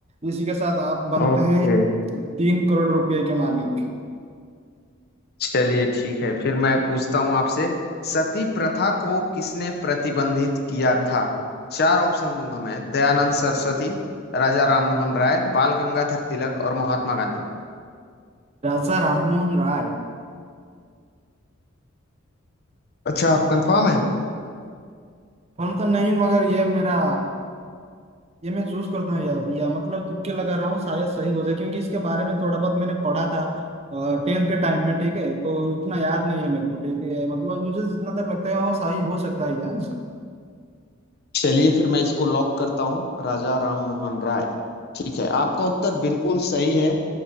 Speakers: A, on the right; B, on the left.
A: इसी के साथ आप बनते
B: ओके
A: हैं तीन करोड़ रुपए के मालिक
B: चलिए ठीक है फिर मैं पूछता हूं आपसे सती प्रथा को किसने प्रतिबंधित किया था चार ऑप्शन दूंगा मैं दयानंद सरस्वती राजा राममोहन राय बाल गंगाधर तिलक और महात्मा गांधी
A: राजा राममोहन राय
B: अच्छा आप कंफर्म है
A: हम तो नहीं मगर ये मेरा ये मैं चूज करता हूँ या, या मतलब तुक्के लगा रहा हूँ शायद सही हो जाए क्योंकि इसके बारे में थोड़ा बहुत मैंने पढ़ा था टेंथ के टाइम में ठीक है तो उतना याद नहीं है मेरे को ठीक है मतलब मुझे जितना तक लगता है वहाँ सही हो सकता है ये आंसर
B: चलिए फिर मैं इसको लॉक करता हूँ राजा राम मोहन राय ठीक है आपका उत्तर बिल्कुल सही है